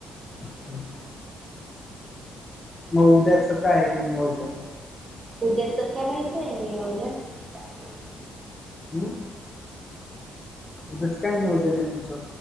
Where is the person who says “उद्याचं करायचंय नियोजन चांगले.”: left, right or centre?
Right